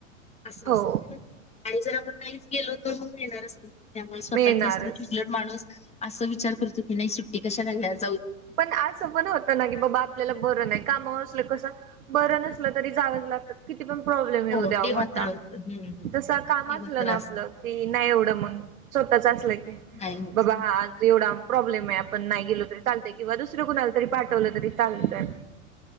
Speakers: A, on the left; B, on the right.
A: अस
B: हो
A: असत आणि जर आपण नाहीच गेलो तर मग येणारच नाही- त्यामुळे स्वतःच
B: मिळणारच
A: असलं कि
B: नाही
A: उलट माणूस असं विचार करतो की नाही सुट्टी कशा घ्याल.
B: पण असं पण होत ना की बाबा आपल्याला बरं नाही- कामावर असल कस बरं नसल तरी जावंच लागतं किती पण प्रॉब्लेम येऊ
A: हो
B: द्या
A: ते
B: मोठा
A: मात्र होतं हम्म हम्म, हम्म.
B: तस
A: ते
B: काम असलं
A: मात्र
B: ना आपलं
A: असत
B: कि नाही एवढं मग स्वतःच असलं की
A: नाही होत
B: बाबा हा आज एवडा प्रॉब्लेम आहे आपण नाही गेलो तरी चालतय किंवा दुसरं कुणाला तरी पाठवलं तरी चालतं.